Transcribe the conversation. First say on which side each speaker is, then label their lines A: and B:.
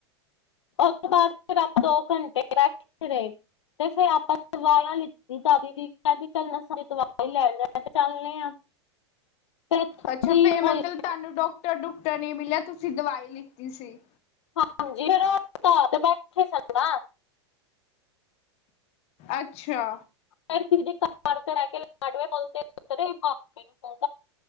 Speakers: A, on the left; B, on the left.
A: ਉਸ ਤੋਂ ਬਾਅਦ ਫਿਰ ਆਪਾਂ ਦੋ ਘੰਟੇ ਬੈਠੇ ਰਹੇ ਤੇ ਫਿਰ ਆਪਾਂ ਸਲਵਾਰਾਂ ਲਿ ਰੀਟਾ ਦੀਦੀ ਕਹਿਦੀ ਚੱਲਨਾ ਦਵਾਈ ਲੈਣਨੇ ਹਾ, ਮੈਂ ਕਿਹਾ ਚੱਲਣੇ ਆ। ਤੇ ਇੱਥੋਂ
B: ਅੱਛਾ,
A: ਦੀ
B: ਫਿਰ
A: ਕੋਈ
B: ਮਤਲਬ ਤੁਹਾਨੂੰ ਡਾਕਟਰ- ਡੁਕਟਰ ਨਹੀਂ ਮਿਲਿਆ ਤੁਸੀਂ ਦਵਾਈ ਲਿੱਤੀ ਸੀ।
A: ਹਾਂਜੀ। <unintelligible> ਖਿਸਕ ਨਾ।
B: ਅੱਛਾ।
A: ਕਿਸੀ ਕਾਰ ਤੇ ਬੈਕੇ ਲਾਢਵੇ ਕੋਲ ਉਤਰੇ ਆਪੇ ਸਾਨੂੰ